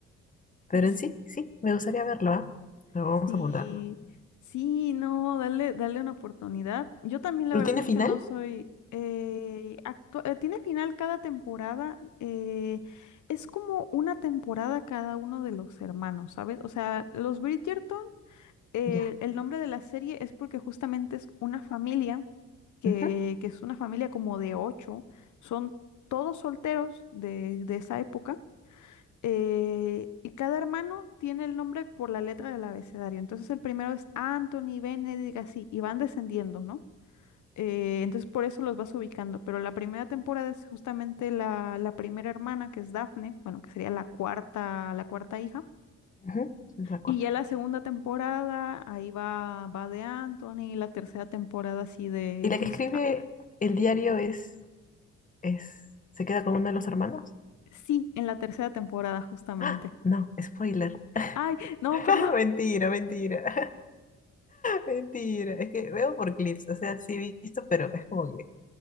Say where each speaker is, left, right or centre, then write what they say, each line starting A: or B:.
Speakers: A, on the left; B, on the left.
A: pero
B: S-
A: en sí, sí, me gustaría verlo, ¿ah? Pero vamos
B: Sí,
A: a apuntarlo.
B: sí, no, dale, dale una oportunidad. Yo también
A: ¿Pero
B: la verdad
A: tiene
B: es
A: final?
B: que no soy... eh, actu- eh, tiene final cada temporada. eh, es como una temporada cada uno de los hermanos, ¿sabes? O sea, los Bridgerton. eh,
A: Ya.
B: el nombre de la serie es porque justamente es una familia que,
A: Ujú,
B: que es una familia como de ocho, son todos solteros de, de esa época, eh, y cada hermano tiene el nombre por la letra del abecedario. Entonces el primero es Anthony, Benedict, así, y van descendiendo, ¿no? Eh, entonces por eso los vas ubicando, pero la primera temporada es justamente la, la primera hermana, que es Daphne, bueno, que sería la cuarta, la cuarta hija
A: ujú, La cuarta.
B: y ya la segunda temporada, ahí va, va de Anthony, la tercera temporada así de...
A: ¿Y
B: Entonces,
A: la que escribe
B: ah,
A: el diario es, es, se queda con uno de los hermanos?
B: sí, en la tercera temporada justamente.
A: Ah, no, spoiler.
B: Ay, no,
A: <laughs>
B: perdón.
A: Mentira, mentira. Mentira, es que veo por clips, o sea, sí he visto, pero es como que,